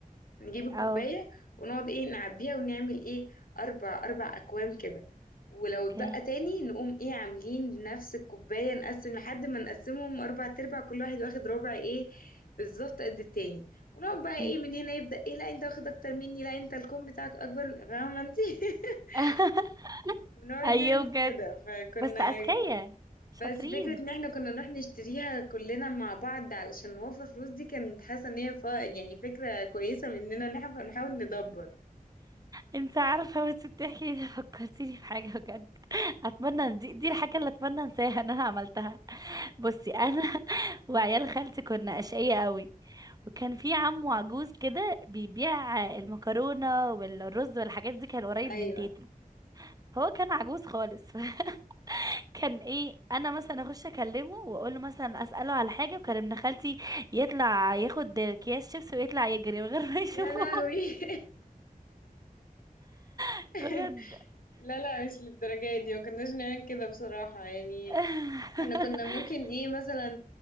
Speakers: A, on the left; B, on the right.
A: نجيب الكوباية
B: اه
A: ونقعد ايه نعبيها ونعمل ايه اربع اربع اكوام كده ولو اتبقى
B: اوكي
A: تاني نقوم ايه عاملين بنفس الكوباية نقسم لحد ما نقسمهم اربع تربع كل واحد واخد ربع ايه بالظبط قد التاني ونقعد بقى
B: مم.
A: ايه من هنا يبدأ ايه لا انت واخد اكتر مني لا انت الكوم بتاعك اكبر فاهمة انت <laughs>
B: <laughs>
A: ونقعد
B: ايوه
A: نعمل
B: بجد
A: كده فكنا
B: بس اذكياء شاطرين
A: بس فكرة ان احنا كنا نروح نشتريها كلنا مع بعض علشان نوفر فلوس دي كانت حاسة ان هي ف- يعني فكرة كويسة مننا ان احنا كنا بنحاول ندبر
B: انت عارفة بس بتحكي دي فكرتيني في حاجة بجد <laughs> اتمنى دي, دي الحاجة اللي اتمنى انساها ان انا عملتها بصي انا <laughs> وعيال خالتي كنا اشقية قوي وكان في عمو عجوز كده بيبيع المكرونة والرز والحاجات دي كان قريب
A: ايوه
B: من تيتا هو كان عجوز خالص <laughs> كان ايه انا مثلا اخش اكلمه واقول له مثلا اساله على حاجه وكان ابن خالتي يطلع ياخد اكياس شيبس ويطلع يجري من غير ما يشوفه
A: يا لهوي
B: <laughs>
A: <laughs>
B: بجد
A: لا لا مش للدرجة دي ما كناش نعمل كده بصراحة يعني
B: <laughs>
A: احنا كنا ممكن ايه مثلا